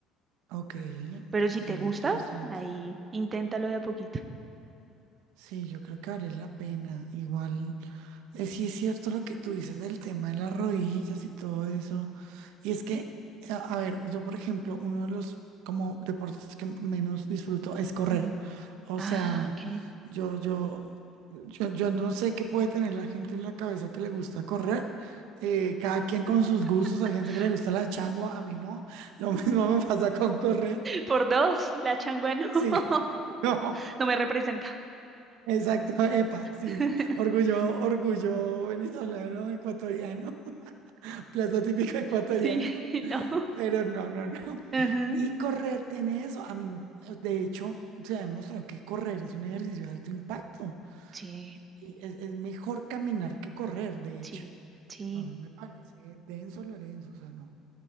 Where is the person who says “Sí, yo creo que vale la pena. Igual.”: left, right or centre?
Right